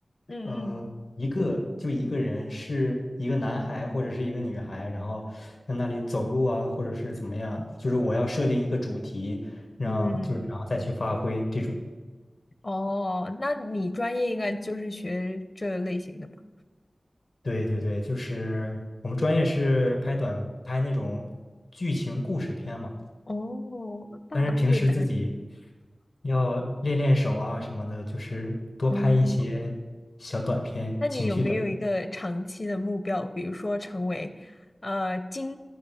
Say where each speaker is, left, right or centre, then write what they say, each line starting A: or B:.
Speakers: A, on the left; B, on the left.
A: 嗯嗯
B: 呃一个就一个人是一个男孩或者是一个女孩，
A: 嗯
B: 然后在那里走路啊或者是怎么样，就是我要设定一个主题，让就是然后再去发挥这种。
A: 嗯，哦，那你专业应该就是学这类型的。吧？
B: 对对对，就是我们专业是拍短拍那种剧情故事片嘛，
A: 哦，大导演
B: 但是平时自己要练练手啊什么的，就是多拍一些小短片，
A: 哦，那你有没有一个长期的目标，
B: 情绪短片。
A: 比如说成为呃金